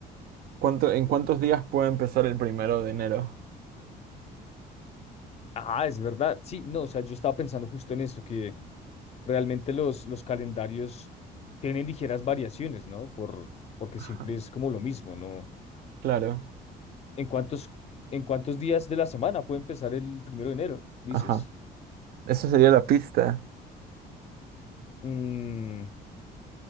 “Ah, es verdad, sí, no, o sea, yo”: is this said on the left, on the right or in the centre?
Left